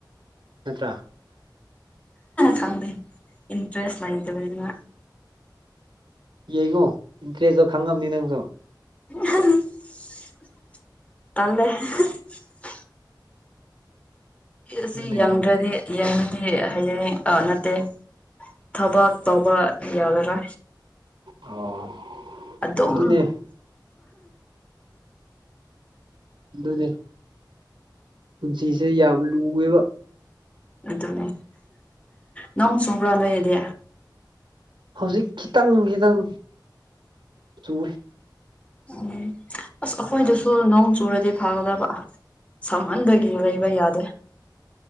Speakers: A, on the right (about 85°); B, on the left (about 15°).
A: ꯅꯠꯇ꯭ꯔꯥ
B: ꯆꯪꯗꯦ ꯏꯟꯇ꯭ꯔꯦꯁ ꯂꯥꯏꯇꯕꯅ
A: ꯌꯦꯡꯉꯣ ꯏꯟꯇꯔꯦꯁꯇꯣ ꯈꯪꯉꯝꯅꯤ ꯅꯪꯁꯨ
B: ꯇꯦ ꯑꯁꯤ
A: ꯑꯗꯨꯅꯦ
B: ꯌꯦꯡꯗ꯭ꯔꯗꯤ ꯌꯦꯡꯕꯗꯤ ꯍꯌꯦꯌꯦꯡ ꯅꯠꯇꯦ ꯊꯕꯛ ꯇꯧꯕ ꯌꯥꯒꯔꯥ
A: ꯑꯣ
B: ꯑꯗꯨꯝ
A: ꯑꯗꯨꯅꯦ ꯑꯗꯨꯅꯦ ꯄꯨꯟꯁꯤꯁꯦ ꯌꯥꯝ ꯂꯨꯑꯦꯕ
B: ꯑꯗꯨꯅꯦ ꯅꯪ ꯁꯣꯡꯕ꯭ꯔꯥ ꯂꯩꯣꯏꯌꯦꯗꯤ
A: ꯍꯧꯖꯤꯛ ꯈꯤꯇꯪ ꯈꯤꯇꯪ ꯆꯨꯏ
B: ꯎꯝ ꯑꯁ ꯑꯩꯈꯣꯏꯗꯨꯁꯨ ꯅꯣꯡ ꯆꯨꯔꯗꯤ ꯐꯥꯒꯗꯕ ꯁꯃꯟꯕꯒꯤ ꯂꯩꯕ ꯌꯥꯗꯦ